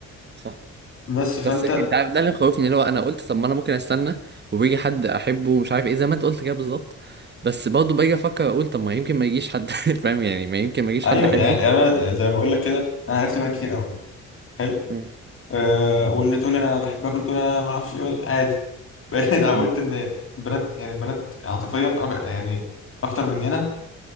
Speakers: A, on the right; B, on the left.
A: صح
B: بس فانت
A: بس انت عارف ده اللي مخوفني اللي هو انا قلت طب ما انا ممكن استنى وبيجي حد احبه ومش عارف ايه زي ما انت قلت كده بالظبط بس برضه باجي افكر اقول طب ما يمكن ما يجيش حد <laughs> فاهم يعني ما يمكن ما يجيش
B: ايوه
A: حد احبه
B: يعني يعني انا زي ما بقول لك كده انا عرفت منك كتير قوي حلو
A: مم.
B: أه واللي تقول انا بحب اكل تقول انا ما اعرفش ايه عادي بقيت <laughs> اتعودت
A: مم.
B: ان البنات يعني البنات عاطفيا أك- يعني اكتر مننا